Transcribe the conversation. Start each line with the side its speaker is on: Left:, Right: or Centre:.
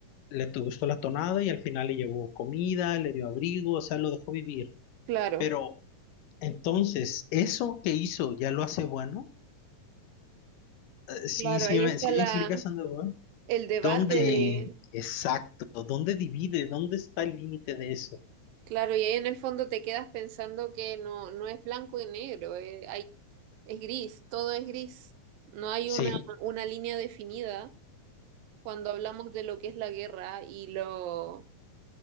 Left: le tu- gustó la tonada y al final le llevó comida, le dio abrigo, o sea, lo dejó vivir.
Right: Claro,
Left: Pero entonces, ¿eso que hizo ya lo hace bueno? Eh, sí,
Right: claro,
Left: sí,
Right: ahí
Left: me,
Right: está
Left: sí
Right: la,
Left: me explicas, Sandoval.
Right: el debate
Left: ¿Dónde,
Right: de...
Left: exacto, dónde divide, dónde está el límite de eso?
Right: Claro, y ahí en el fondo te quedas pensando que no, no es blanco y negro, eh, hay, es gris, todo es gris. No hay
Left: Sí.
Right: una, una línea definida cuando hablamos de lo que es la guerra y lo